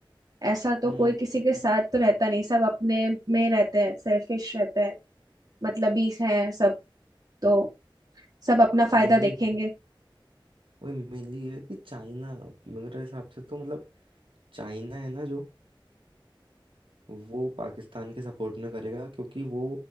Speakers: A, on the right; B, on the right.
A: ऐसा तो
B: हम्म
A: कोई किसी के साथ तो रहता नहीं सब अपने में रहते हैं सेल्फिश रहते हैं मतलब बीस हैं सब तो सब अपना फायदा
B: मेनली
A: देखेंगे
B: वही मेनली ये है कि चाइना मेरे हिसाब से तो मतलब चाइना है ना जो वो पाकिस्तान के सपोर्ट में करेगा क्योंकि वो